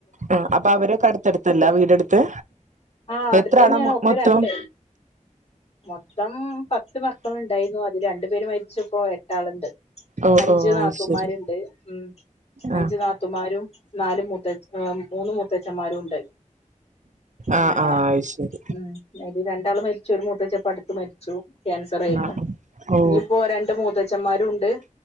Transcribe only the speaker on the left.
ആഹ് അടുത്തന്നെയാണ്
ഒക്കെ
രണ്ട് മൊത്തം പത്ത് മക്കള് ഇണ്ടായിരുന്നു അത് രണ്ടു പേര് മരിച്ച് ഇപ്പോ എട്ടാളുണ്ട്.
അഞ്ച്
നാത്തൂമാരുണ്ട്
ഉം അഞ്ച്
നാത്തുമാരും നാല് മുത്തച മൂന്ന് മൂത്തച്ഛന്മാരും ഉണ്ട് ഉം
അങ്ങനെ
ഉം അയില് രണ്ടാള് മരിച്ചു ച്ചു ഒരു മൂത്തച്ചൻ ഇപ്പൊ അടുത്ത് മരിച്ചു ക്യാൻസർ ആയിരുന്നു
ഇനിയിപ്പോ രണ്ട് മൂ മുത്തച്ഛന്മാരുണ്ട്